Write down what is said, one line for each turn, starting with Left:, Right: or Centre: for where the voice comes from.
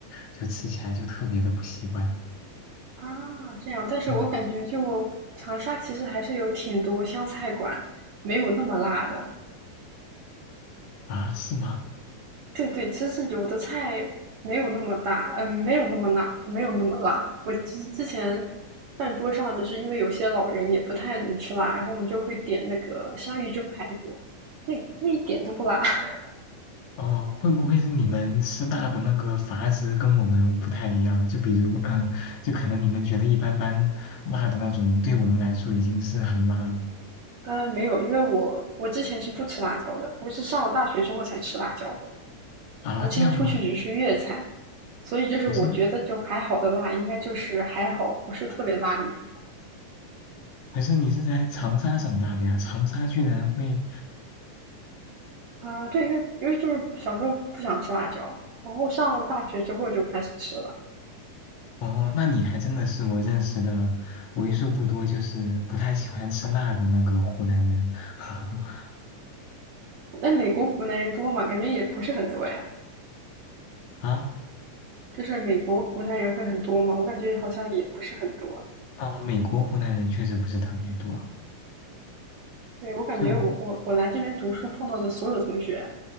Left: 就吃起来就特别的不习惯。
Right: 啊。这样，但是我感觉就长沙其实还是有挺多湘菜馆，
Left: 嗯
Right: 没有那么辣的。
Left: 啊，是吗？
Right: 对对，其实有的菜没有那么大，嗯，没有那么辣，没有那么辣。我之之前饭桌上，就是因为有些老人也不太能吃辣，然后我们就会点那个香芋蒸排骨，那那一点都不辣。<laughs>
Left: 哦，会不会是你们师大的那个阀值跟我们不太一样？就比如，嗯，就可能你们觉得一般般辣的那种，对我们来说已经是很辣了
Right: 嗯，没有，因为我我之前是不吃辣椒的，我是上了大学之后才吃辣椒的。
Left: 啊？
Right: 我之前出去只吃粤菜，
Left: 这样吗？
Right: 所以就是我觉得就还好的辣，
Left: 可是
Right: 应该就是还好，不是特别辣的那种。
Left: 可是你是在长沙长大的呀，长沙居然会，
Right: 啊，对，因为因为就是小时候不想吃辣椒，然后上大学之后就开始吃了。
Left: 哦，那你还真的是我认识的为数不多就是不太喜欢吃辣的那个湖南人 <laughs>
Right: 那美国湖南人多吗？感觉也不是很多呀。
Left: 啊
Right: 就是美国湖南人会很多吗？我感觉好像也不是很多。
Left: 啊！美国湖南人确实不是特别多。
Right: 对，我感觉我我我来这边读书碰到的所有同学，
Left: 就